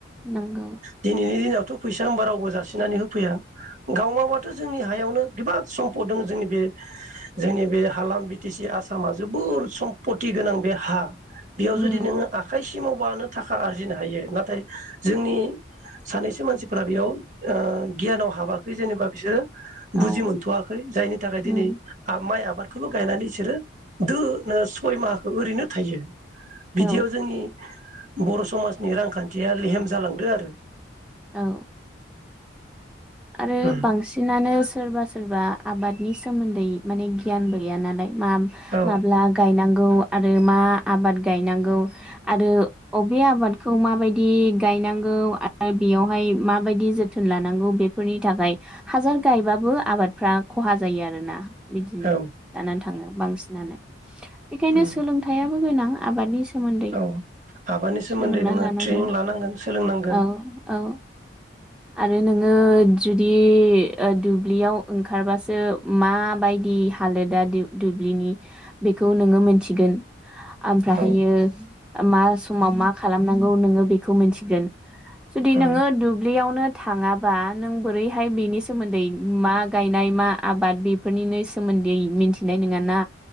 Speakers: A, in the centre; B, on the right.
A: नंगौ
B: दिनैनि दिनाव दाथ' फैसा होनोमबा रावबो जासिनानै होफैया गाव माबाथ' जोंनि हायावनो बिबोद सम्पद दङो जोंनि बे जोंनि बे हालाम बि टि सि आसामा जोबोर सम्पति गोनां बे हा। बेयाव
A: उम
B: जुदि नोङो आखायस ति मावबानो थाखा आरजिनो हायो नाथाय जोंनि सानैसो मानसिफोरा बेयाव ओ गियानाव हाबाखै जेनेबा बिसोरो
A: औ
B: बुजि मोनथ'वाखै जायनि थाखाय
A: उम
B: दिनै आमाइ आब बादखौल' गायनानै इसोरो दोनो सय माहाखौ ओरैनो थायो। बिदियाव
A: औ
B: जोंनि बर' समाजनि रांखान्थिया लेहेम जालांदो आरो।
A: औ। आरो
B: उम
A: बांसिनानो सोरबा सोर सोरबा आबादनि सोमोन्दै माने गियानबो गैया नालाय मा
B: औ
A: माब्ला गायनांग औ आरो मा आबाद गायनांगौ? आरो अबे आबादखौ माबायदि दि गायनांगौ आरो बेवहाय माबायदि जोथोन लानांगौ बे फोरनि थाखाय हासार गायबाबो आबादफ्रा खहा जायो आरोना। बिदिनो
B: औ
A: जानानै थांङो। बांसिनानो। बेखायनो
B: उम
A: सोलोंथाइयाबो गोनां आबादनि सोमोन्दै
B: औ आबादनि सोमोन्दै
A: सोलोंना
B: नोङो
A: लानांगौ
B: ट्रेनिं लानांगोन सोलोंनांगोन।
A: औ औ आरो नोङो जुदि ओ दुब्लियाव ओंखारबासो माबायदि हालोदा दु-दुब्लिनि बेखौ नोङो मोनथिगोन। ओमफ्रायहायो
B: औ
A: मा समाव मा खालामनांगौ नोङो बेखौ मिथिगोन। जुदि
B: उम
A: नोङो दु ब्लियावनो थाङाबा नों बोरैहाय बेनि सोमोन्दै मा गायनाय मा आबाद बेफोरनिनो सोमोन्दै मिथिनाय नोङा ना?